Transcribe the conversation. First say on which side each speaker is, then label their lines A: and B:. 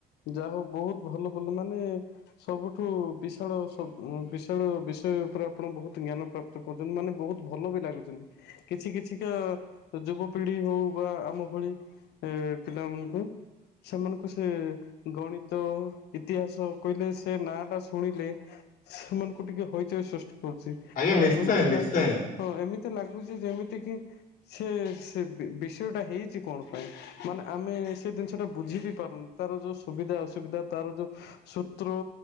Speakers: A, on the left (about 80°); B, on the left (about 55°).
A: ଯାହା ହଉ ବହୁତ ଭଲ ଭଲ ମାନେ ସବୁଠୁ ବିଶାଳ ସ ବିଶାଳ ବିଷୟ ଉପରେ ଆପଣ ବହୁତ ଜ୍ଞାନ ପ୍ରାପ୍ ପ୍ତ କରୁଛନ୍ତି ମାନେ ବହୁତ ଭଲ ବି ଲାଗୁଚନ୍ତି। କିଛି କିଛିକା ଯୁବପିଢ଼ି ହଉ ବା ଆମ ଭଳି ଏ ପିଲାମାନଙ୍କୁ ସେମାନଙ୍କୁ ସେ ଗଣିତ ଇତିହାସ କହିଲେ ସେ ନାଁ ଟା ଶୁଣିଲେ ସେମାନଙ୍କୁ ଟିକେ ହଇଚଇ ସୃଷ୍ଟି କରୁଛି
B: ଆଜ୍ଞା
A: ମାନେ
B: ନିଶ୍ଚୟ
A: ଏମିତି
B: ନିଶ୍ଚୟ
A: ଲାଗୁଚି ହଁ ଏମିତି ଲାଗୁଛି ଯେମିତି କି ସେ ସେ ବି ବିଷୟ ଟା ହେଇଛି କଣ ପାଇଁ ମାନେ ଆମେ ସେ ଦିନିଷଟା ବୁଝି ବି ପାରୁନୁ। ତାର ଯୋଉ ସୁବିଧା ଅସୁବିଧା ତାର ଯୋଉ ସୂତ୍ରୁ